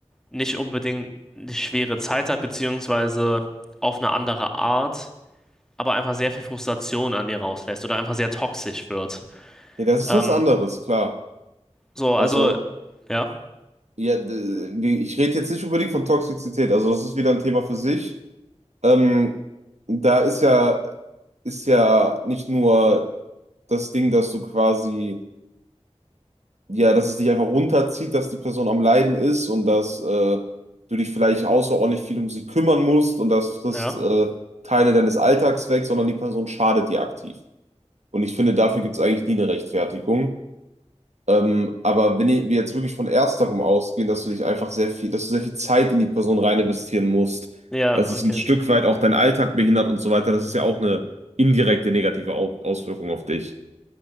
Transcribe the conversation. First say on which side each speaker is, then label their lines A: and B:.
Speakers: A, in the centre; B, on the right.
A: nicht unbedingt eine schwere Zeit hat, beziehungsweise auf eine andere Art, aber einfach sehr viel Frustration an dir rauslässt oder einfach sehr toxisch wird.
B: Ja, das ist
A: Ähm,
B: was anderes, klar.
A: so,
B: Also,
A: also, ja,
B: ja, d- wie- ich rede jetzt nicht unbedingt von Toxizität, also das ist wieder ein Thema für sich. Ähm, da ist ja, ist ja nicht nur das Ding, dass du quasi, ja, dass es dich einfach runterzieht, dass die Person am Leiden ist und dass äh, du dich vielleicht außerordentlich viel um sie kümmern musst und das frisst
A: ja,
B: äh, Teile deines Alltags weg, sondern die Person schadet dir aktiv. Und ich finde, dafür gibt es eigentlich nie eine Rechtfertigung. Ähm, aber wenn i- wir jetzt wirklich von ersterem ausgehen, dass du dich einfach sehr viel, dass du sehr viel Zeit in die Person rein investieren musst,
A: ja,
B: dass
A: okay.
B: es ein Stück weit auch deinen Alltag behindert und so weiter, das ist ja auch eine indirekte negative Au Auswirkung auf dich.